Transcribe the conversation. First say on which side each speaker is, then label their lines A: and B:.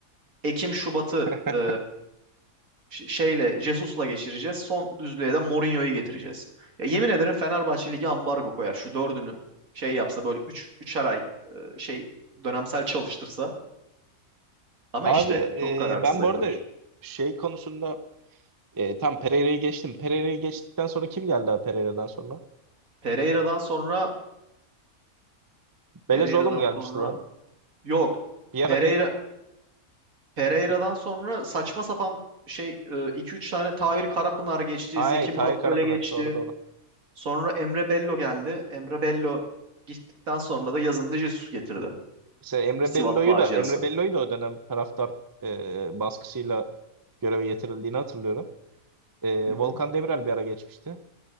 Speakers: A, on the right; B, on the right.
A: Ekim-Şubat'ı
B: <laughs>
A: e, ş- şeyle Jesus'la geçireceğiz. Son düzlüğe de Mourinho'yu getireceğiz. Ya yemin ederim Fenerbahçe Ligi ambargo koyar. Şu dördünü şey yapsa böyle üç, üçer ay e, şey dönemsel çalıştırsa. Ama
B: Abi
A: işte çok kararsız
B: e, ben
A: Ali
B: bu arada
A: Koç.
B: şey konusunda e, tam Pereira'yı geçtim. Pereira'yı geçtikten sonra kim geldi abi Pereira'dan sonra?
A: Pereira'dan sonra Pereira'dan
B: Belezoğlu mu gelmişti
A: sonra
B: lan?
A: Yok.
B: Bir
A: Pereira
B: ara bir,
A: Pereira'dan
B: bir...
A: sonra saçma sapan şey e, iki üç tane Tahir Karapınar geçti.
B: Ay
A: Zeki
B: Tahir
A: Murat
B: Karapınar
A: Göle geçti.
B: doğru doğru.
A: Sonra Emre Bello geldi. Emre Bello gittikten sonra da yazında Jesus getirdi.
B: Mesela Emre
A: O Sivas
B: Bello'yu
A: faciası.
B: da Emre Bello'yu da o dönem taraftar e, baskısıyla göreve getirildiğini hatırlıyorum. E,
A: Hı hı.
B: Volkan Demirel bir ara geçmişti.